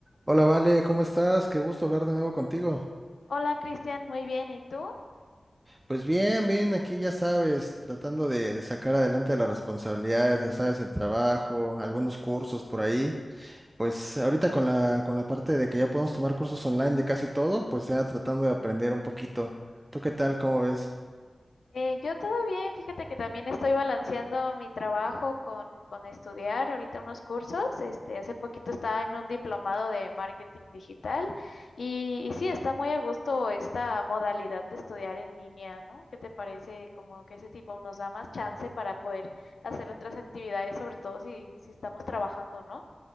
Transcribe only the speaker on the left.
Hola Cristian, muy bien, ¿y tú?
Eh, yo todo bien, fíjate que también estoy balanceando mi trabajo con, con estudiar ahorita unos cursos. Este, hace poquito estaba en un diplomado de marketing digital y, y sí, está muy a gusto esta modalidad de estudiar en línea, ¿no? ¿Qué te parece? Como que ese tipo nos da más chance para poder hacer otras actividades, sobre todo si, si estamos trabajando, ¿no?